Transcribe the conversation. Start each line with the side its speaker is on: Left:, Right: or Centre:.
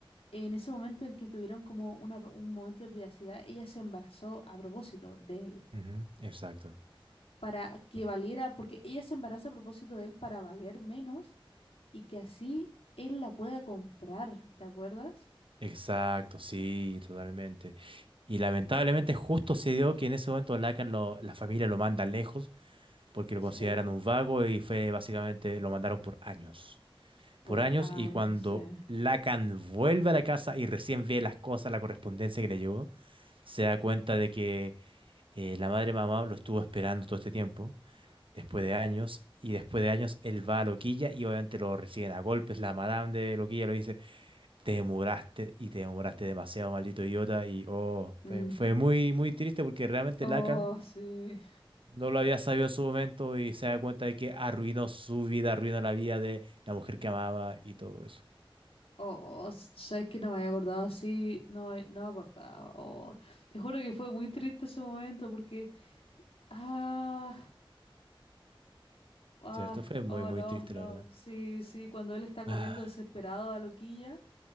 Left: en ese momento en que tuvieron como una- un momento de privacidad, ella se embarazó a propósito de él,
Right: Ujú, Exacto.
Left: para que
Right: Ex-
Left: valiera, porque ella se embaraza a propósito de él para valer menos y que así él la pueda comprar, ¿te acuerdas?
Right: Exacto, sí, totalmente. Y lamentablemente justo se dio que en ese momento Lacan lo, la familia lo manda lejos porque lo
Left: Sí,
Right: consideran un vago y fue básicamente lo mandaron por años.
Left: por
Right: Por años
Left: ANC.
Right: y cuando Lacan vuelve a la casa y recién ve las cosas, la correspondencia que le llegó, se da cuenta de que eh, la madre mamá lo estuvo esperando todo este tiempo, después de años. Y después de años él va a Loquilla y obviamente lo reciben a golpes. La madame de Loquilla lo dice, Te demoraste y te demoraste demasiado, maldito idiota. Y oh,
Left: Ujú.
Right: fue, fue muy, muy triste porque realmente
Left: Oh,
Right: Lacan
Left: sí.
Right: no lo había sabido en su momento y se da cuenta de que arruinó su vida, arruinó la vida de la mujer que amaba y todo eso.
Left: Oh, s- sabes que no me había acordado así, no, me- no me acordaba. Oh, te juro que fue muy triste ese momento porque, ah, ah,
Right: ¿Cierto? Fue muy,
Left: oh
Right: muy
Left: no,
Right: triste,
Left: no,
Right: la verdad.
Left: sí, sí, cuando él está corriendo
Right: Ah,
Left: desesperado a Loquilla